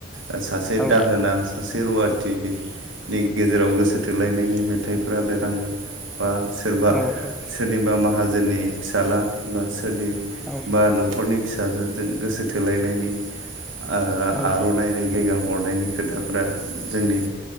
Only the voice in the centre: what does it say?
औ
औ
औ
औ